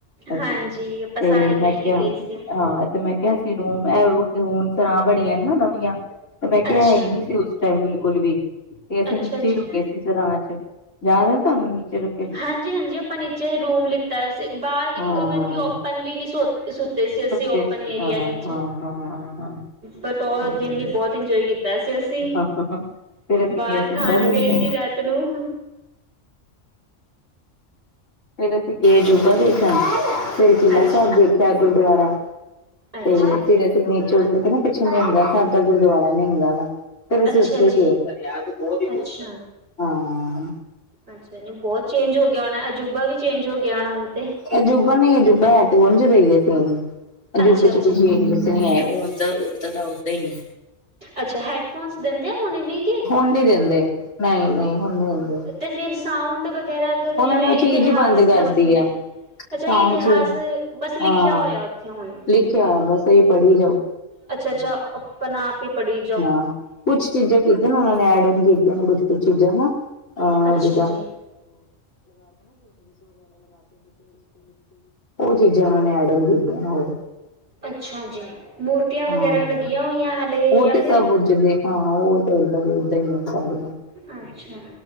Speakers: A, on the left; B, on the right.
A: ਅਸੀ,
B: ਹਾਂਜੀ ਆਪਾਂ
A: ਤੇ
B: ਸਾਰੇ
A: ਮੈਂ
B: ਮਿਲ
A: ਕਿਹਾ,
B: ਕੇ ਗਏ ਸੀ
A: ਹਾਂ। ਤੇ ਮੈਂ ਕਿਹਾ ਸੀ ਰੂਮ ਐਹ ਸਰਾਂ ਬਣੀਆਂ ਨਾ ਨਵੀਆਂ। ਤੇ ਮੈਂ ਕਿਹਾ,
B: ਅੱਛਾ
A: ਹੈ ਹੀ ਨਹੀਂ ਸੀ ਉਸ ਟਾਈਮ ਬਿਲਕੁਲ ਵੀ, ਤੇ ਅਸੀਂ
B: ਅੱਛਾ
A: ਨੀਚੇ
B: ਜੀ
A: ਹੀ ਰੁਕੇ ਸੀ। ਸਰਾਂ ਚ, ਯਾਦ ਏ ਤੁਹਾਨੂੰ ਨੀਚੇ ਰੁਕੇ ਸੀ
B: ਹਾਂਜੀ ਹਾਂਜੀ ਆਪਾਂ ਨੀਚੇ ਰੂਮ ਲਿ ਬਾਹਰ
A: ਹਾਂ
B: ਈਵਨ ਕਿ ਓਪਨਲੀ ਵੀ ਸੁੱਤੇ ਸੀ ਅਸੀਂ
A: ਸੁੱਤੇ
B: ਓਪਨ
A: ਸੀ
B: ਏਰੀਆ
A: ਹਾਂ
B: ਵਿੱਚ
A: ਹਾਂ ਹਾਂ ਹਾਂ ਹਾਂ
B: ਬਟ ਉਹ
A: ਤੇ
B: ਦਿਨ ਵੀ ਬਹੁਤ ਇੰਜੋਏ ਕੀਤਾ। ਵੈਸੇ ਅਸੀਂ,
A: ਫੇਰ ਅਸੀਂ
B: ਬਾਹਰ
A: ਗਏ ਅਜੂਬਾ
B: ਖਾਣ
A: ਦੇਖਣ
B: ਗਏ ਸੀ ਰਾਤ ਨੂੰ।
A: ਫੇਰ ਅਸੀਂ ਗਏ ਅਜੂਬਾ ਦੇਖਣ। ਫਿਰ ਕਿਲ੍ਹਾ
B: ਅੱਛਾ
A: ਸਾਹਿਬ ਦੇਖਿਆ ਗੁਰਦੁਆਰਾ
B: ਅੱਛਾ
A: ਤੇ
B: ਜੀ
A: ਫਿਰ ਅਸੀਂ ਨੀਚੇ ਉਥੇ ਨਾ ਪਿੱਛੇ ਨਿਹੰਗਾ ਸਾਹਿਬ ਦਾ ਗੁਰਦੁਆਰਾ ਨਿਹੰਗਾ ਦਾ। ਫੇਰ ਸੀ
B: ਅੱਛਾ
A: ਉਥੇ
B: ਜੀ
A: ਗਏ, ਪਂਜਾਬ ਤਾਂ ਬ੍ਹੋਤ ਹੀ ਬੋਲਦੇ,
B: ਅੱਛਾ
A: ਹਾਂ ਆਂ ਆਂ।
B: ਅੱਛਾ ਨੀ ਬਹੁਤ ਚੇਂਜ ਹੋ ਗਿਆ ਹੋਣਾ, ਅਜੂਬਾ ਵੀ ਚੇਂਜ ਹੋ ਗਿਆ ਹੋਣਾ ਹੁਣ ਤੇ।
A: ਅਜੂਬਾ ਨਹੀਂ ਹੈ ਅਜੂਬਾ, ਤੇ ਉਝ <unintelligible> ਦਾ, ਤੇ ਅਜੂਬੇ
B: ਅੱਛਾ
A: ਚ
B: ਜੀ
A: ਕੁਝ <unintelligible> ਚੇਂਜ ਤਾਂ ਨਹੀ ਆਇਆ। ਉਦ ਉੱਦਾਂ ਦਾ ਉਦਾਂ ਹੀ।
B: ਅੱਛਾ ਹੈਡਫੋਨਸ ਦਿੰਦੇ ਆ ਹੁਣੇ ਵੀ
A: ਹੁਣ ਨੀ ਦਿੰਦੇ ਨਹੀਂ- ਨਹੀਂ ਹੁਣ ਨੀ ਦਿੰਦੇ।
B: ਤੇ ਫਿਰ ਸਾਊਂਡ ਵਗੈਰਾ, ਜਿਵੇਂ
A: ਉਹਨਾਂ ਨੇ ਉਹ
B: ਇਤਿਹਾਸ
A: ਚੀਜ਼ ਹੀ ਬੰਦ ਕਰਤੀ
B: ਦੱਸਦੇ ਨੇ।
A: ਹੈ
B: ਅੱਛਾ,
A: ਸਾਊਂਡ
B: ਇਤਿਹਾਸ
A: ਚ
B: ਬਸ ਲਿਖਿਆ
A: ਹਾਂ।
B: ਹੋਇਆ ਉੱਥੇ ਹੁਣ।
A: ਲਿਖਿਆ, ਬਸ ਏਹੀ ਪੜ੍ਹੀ ਜਾਓ।
B: ਅੱਛਾ ਅੱਛਾ। ਪਨ ਆਪ ਹੀ ਪੜੀ।
A: ਹਾਂ, ਕੁਛ ਚੀਜ਼ਾਂ ਕੀਤੀਆਂ ਨੇ ਉਹਨਾਂ ਨੇ ਐਡ ਔਨ ਕੀਤੀਆਂ ਨੇ ਕੁੱਛ- ਕੁੱਛ ਚੀਜ਼ਾਂ ਨਾ। <unintelligible> <unintelligible> ਉਹ
B: ਅੱਛਾ ਜੀ
A: ਚੀਜ਼ਾਂ, ਉਹਨਾਂ ਨੇ ਐਡ ਓਨ ਕੀਤੀਆਂ ਨੇ ਹੋਰ।
B: ਅੱਛਾ ਜੀ ਮੂਰਤੀਆਂ ਵਗੈਰਾ
A: ਹਾਂ।
B: ਲੱਗੀਆਂ ਹੋਈਆਂ ਹਾਲੇ
A: ਉਹ
B: ਜਾਂ
A: ਤੇ
B: ਫਿਰ
A: ਸਭ ਉਝ ਹਾਂ, ਉਹ ਤੇ ਉਦਾਂ ਦੇ ਉਦਾਂ ਹੀ ਏ ਸਾਰੀਆਂ।
B: ਅੱਛਾ,